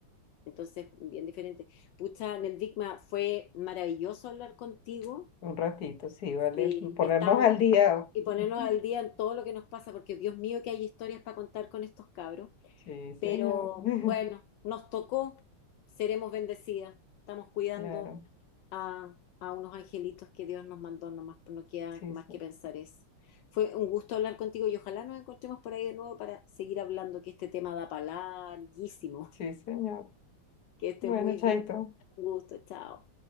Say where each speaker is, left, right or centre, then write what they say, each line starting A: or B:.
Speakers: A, on the left; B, on the left.
A: Entonces, bien diferente. Pucha, Neldikma, fue maravilloso hablar contigo.
B: Un ratito, sí,
A: Sí,
B: vale. Ponernos
A: estamos
B: al día.
A: y ponernos
B: <laughs>
A: al día en todo lo que nos pasa, porque Dios mío que hay historias para contar con estos cabros.
B: Sí,
A: Pero
B: señor. <laughs>
A: bueno, nos tocó, seremos bendecidas. Estamos cuidando
B: Claro.
A: a, a unos angelitos que Dios nos mandó nomás, pues no queda
B: Sí,
A: más
B: sí.
A: que pensar eso. Fue un gusto hablar contigo y ojalá nos encontremos por ahí de nuevo para seguir hablando, que este tema da para larguísimo.
B: Sí,
A: <laughs>
B: señor.
A: Que estés
B: Bueno,
A: muy
B: chaito.
A: bien, un gusto, chao.